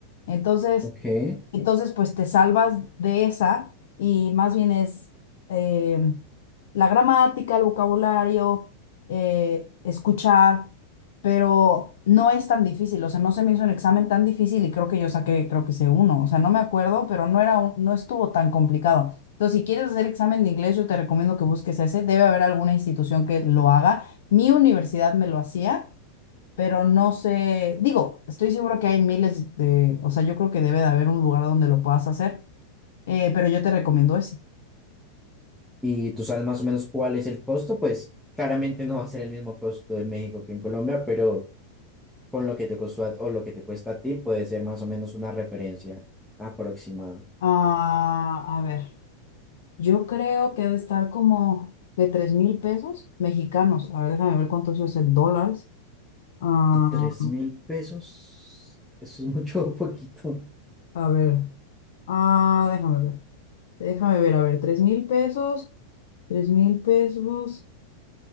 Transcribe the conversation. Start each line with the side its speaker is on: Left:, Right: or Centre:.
Left: Entonces,
Centre: ok.
Left: entonces, pues te salvas de esa y más bien es eh, la gramática, el vocabulario, eh, escuchar, pero no es tan difícil. O sea, no se me hizo un examen tan difícil y creo que yo saqué, creo que sé uno. O sea, no me acuerdo, pero no era un- no estuvo tan complicado. Entonces, si quieres hacer examen de inglés, yo te recomiendo que busques ese. Debe haber alguna institución que lo haga. Mi universidad me lo hacía pero no sé, digo, estoy seguro que hay miles de, o sea, yo creo que debe de haber un lugar donde lo puedas hacer, eh, pero yo te recomiendo ese.
Centre: Y tú sabes más o menos cuál es el costo, pues claramente no va a ser el mismo costo en México que en Colombia, pero con lo que te costó a- o lo que te cuesta a ti puede ser más o menos una referencia aproximada.
Left: Ah, a ver, yo creo que ha de estar como de tres mil pesos mexicanos. A ver, déjame ver cuánto eso es en dólares. Ah,
Centre: T- ¿Tres mil pesos? ¿Eso es mucho o poquito?
Left: a ver, ah, déjame ver, déjame ver, a ver, tres mil pesos, tres mil pesos.